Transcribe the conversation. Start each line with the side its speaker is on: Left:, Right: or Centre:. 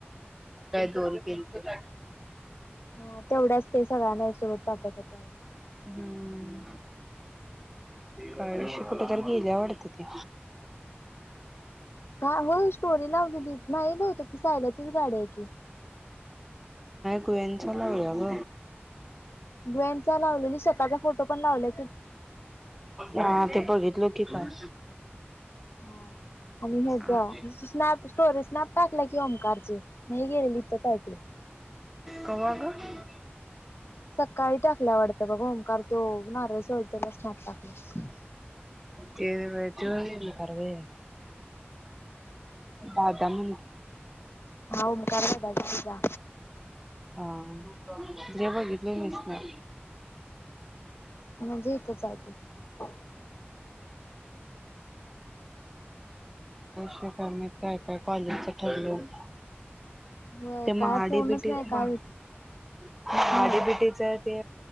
Centre: फोन केलती तुला
Left: ह तेवढ्याच ते सगळ्यांना एक सुोरत पाठत हो तेवढं
Centre: हम्म काय विषय कुठेतरी गेल्या वाटते ती
Left: का हो स्टोरी लावलेली दिली नाही बहुतेक होते ती सायलाचीच गाडी आहे की
Centre: कुयान चलाव ग
Left: ग लावलेली स्वःचा फोटो पण लावला
Centre: हा ते बघितलं की काल
Left: हा आणि ह्याचा
Centre: अछा
Left: स्नॅप स्टोरी स्नॅप टाकला की ओमकारची नाही गेलेली इथंच आहे ती
Centre: कवा ग ह
Left: सका काही टाकल्या आवडतं बघ होंकार त नारळ सोलत्याल स्नॅप टाकलं
Centre: ते त्यो कारवे दादा न
Left: ओमकार दादाचा
Centre: हा जे बघितली ले लिस ना
Left: म्हणजे इथच आहे त
Centre: शक मय का कॉलेजच ठरलं
Left: होय
Centre: महाडीबिटी
Left: काय फोनच नाही काय
Centre: महाडीबिटीच
Left: हा
Centre: ते